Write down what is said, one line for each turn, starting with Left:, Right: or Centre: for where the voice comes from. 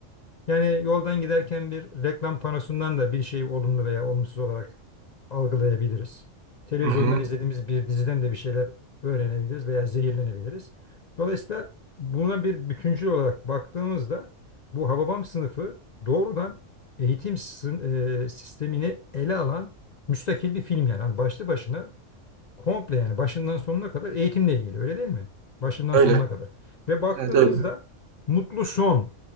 Left: Yani yoldan giderken bir reklam panosundan da bir şeyi olumlu veya olumsuz olarak algılayabiliriz. Televizyondan
Right: Hı hı.
Left: izlediğimiz bir diziden de bir şeyler öğrenebiliriz veya zehirlenebiliriz. Dolayısıyla buna bir bütüncül olarak baktığımızda bu Hababam sınıfı doğrudan eğitim sın- e, sistemini ele alan müstakil bir film yani. Hani başlı başına Komple yani başından sonuna kadar eğitimle ilgili öyle değil mi? Başından
Right: Öyle.
Left: sonuna kadar. Ve baktığımızda
Right: Evet öyle.
Left: mutlu son,